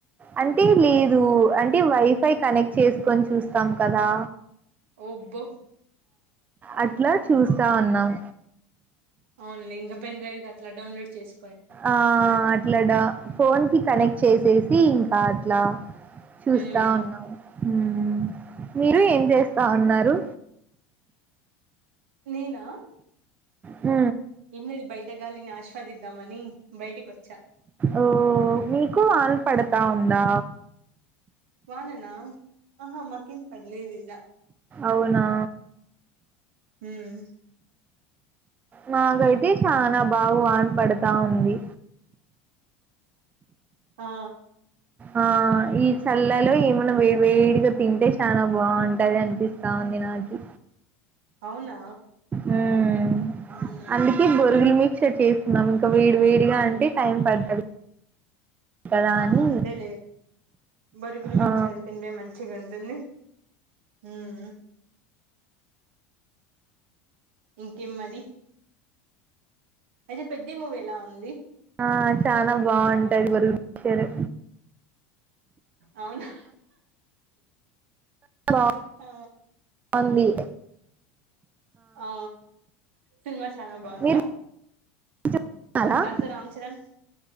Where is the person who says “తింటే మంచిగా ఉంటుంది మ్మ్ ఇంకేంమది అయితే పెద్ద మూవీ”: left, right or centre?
Right